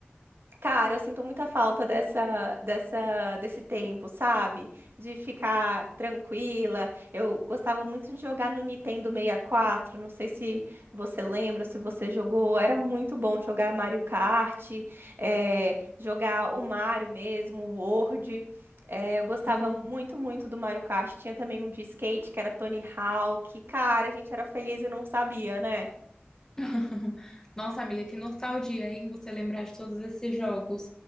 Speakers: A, on the right (about 70°); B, on the left (about 15°).
A: Cara, eu sinto muita falta dessa, dessa, desse tempo, sabe? De ficar tranquila. Eu gostava muito de jogar no Nintendo 64. Não sei se você lembra, se você jogou. Era muito bom jogar Mario Kart, eh, jogar o Mario mesmo, o World. Eh, eu gostava
B: Hum.
A: muito, muito do Mario Kart. Tinha também um de skate que era Tony Hawk. Cara, a gente era feliz e não sabia, né?
B: <laughs> Nossa, amiga, que nostalgia, hein? Você lembrar de todos esses jogos.